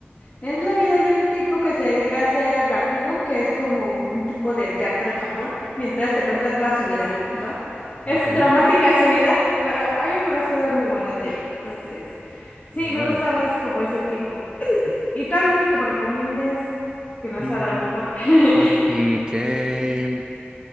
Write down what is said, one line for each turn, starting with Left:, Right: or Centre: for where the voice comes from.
Left: Es la vida de un tipo que se dedica a hacer rakugo, que es como un tipo de teatro en Japón, y entonces te cuentan toda su vida, ¿no? Es
Right: Ok.
Left: dramática su vida, pero hay algunas cosas muy buenas de ahí. Entonces, sí,
Right: Órale.
Left: me gusta más como ese tipo. ¿Y tú alguno que me recomiendes que no
Right: Mm,
Left: sea Dragon Ball?
Right: <laughs>
Left: <laughs>
Right: no, mm, que,